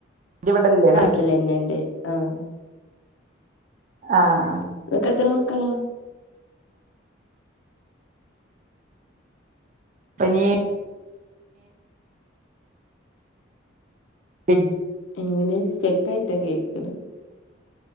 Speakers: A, on the right; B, on the left.
A: ഇവടല്ലേ നാട്ട്ല്
B: ക്ക്ല്ലെന്നണ്ട് ആഹ്
A: ആഹ്
B: ഇങ്ങക്കെത്ര മക്കളാ
A: ഇപ്പഞ്ഞി എ
B: എങ്ങനെ സ്റ്റക്കായിട്ടാ കേക്ക്ണെ